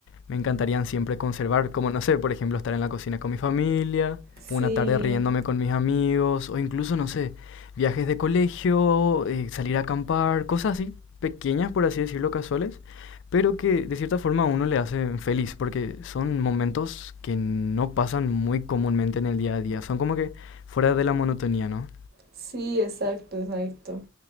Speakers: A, on the left; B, on the right.
A: me encantarían siempre conservar, como no sé, por ejemplo, estar en la cocina con mi familia,
B: Sí,
A: una tarde riéndome con mis amigos, o incluso, no sé, viajes de colegio, eh, salir a acampar, cosas así, pequeñas, por así decirlo, casuales, pero que de cierta forma a uno le hacen feliz, porque son momentos que no pasan muy comúnmente en el día a día, son como que fuera de la monotonía, ¿no?
B: sí, exacto, exacto.